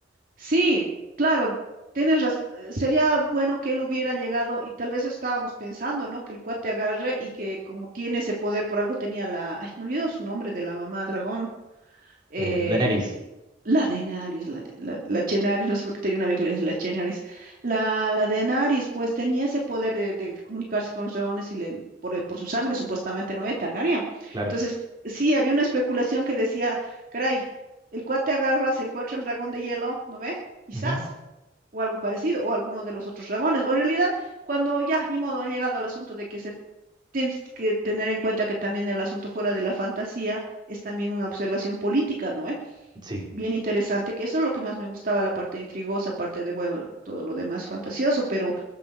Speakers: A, on the right; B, on the right.
A: Sí, claro, tienes razón. Sería bueno que él hubiera llegado y tal vez estábamos pensando, ¿no? Que el cuate agarre y que como tiene ese poder, por algo tenía la... Ay, me olvido su nombre de la mamá dragón eh,
B: Eh, Daenerys,
A: la Denaris, la, de- la, la Chenaris, no sé por qué tenía una amiga que le decía la Chenaris. La, la Denaris, pues tenía ese poder de, de comunicarse con los dragones y le, por, el- por su sangre, supuestamente, no me Targaryen.
B: claro.
A: Entonces, sí, había una especulación que decía, caray, el cuate agarra, se encuentra el dragón de hielo, ¿no ve? Quizás.
B: Ujú,
A: O algo parecido, o alguno de los otros dragones. O en realidad, cuando ya, ni modo, han llegado al asunto de que se Tienes que tener en cuenta que también el asunto fuera de la fantasía es también una observación política, ¿no? Eh,
B: Sí,
A: Bien interesante, que eso es lo que más me gustaba, la parte intrigosa, aparte de, bueno, todo lo demás fantasioso, pero